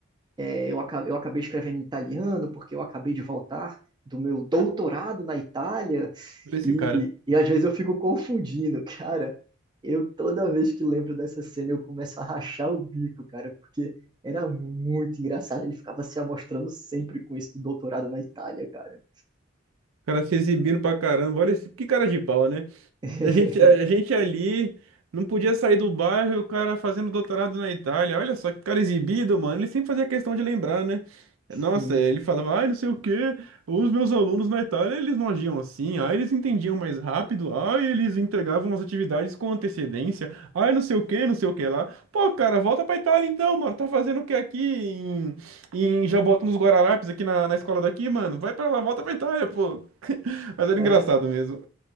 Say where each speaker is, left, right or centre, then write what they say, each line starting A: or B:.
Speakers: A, on the right; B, on the right.
A: é, eu, aca- eu acabei escrevendo em italiano porque eu acabei de voltar do meu doutorado na Itália.
B: Por esse
A: E,
B: cara.
A: e às vezes eu fico confundindo, cara. Eu toda vez que lembro dessa cena eu começo a rachar o bico, cara, porque era muito engraçado. Ele ficava se amostrando sempre com isso do doutorado na Itália, cara.
B: cara se exibindo pra caramba. Olha esse, que cara de pau, né?
A: <laughs>
B: A gente, a gente ali não podia sair do bairro e o cara fazendo doutorado na Itália. Olha só que cara exibido, mano. Ele sempre fazia questão de lembrar, né?
A: Sim,
B: Nossa, ele falava, ai, não sei o quê, os meus alunos na Itália, eles não agiam assim, ai, eles entendiam mais rápido, ai, eles entregavam as atividades com antecedência, ai, não sei o quê, não sei o que lá. Pô, cara, volta pra Itália então, mano, tá fazendo o que aqui em, em Jaboatão dos Guararapes, aqui na, na escola daqui, mano? Vai pra lá, volta pra Itália, pô. <laughs> Mas era
A: cara,
B: engraçado mesmo.